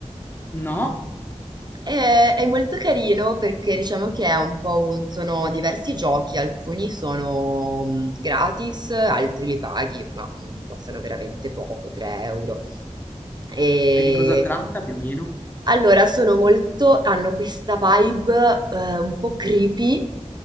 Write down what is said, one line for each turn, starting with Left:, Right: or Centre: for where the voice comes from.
Left: no,
Right: È, è molto carino perché diciamo che è un po' un- sono diversi giochi, alcuni sono mh, gratis, altri li paghi, ma mh, costano veramente poco, 3 euro. E
Left: e di cosa tratta più o meno?
Right: allora sono molto, hanno questa vibe eh, un po' creepy,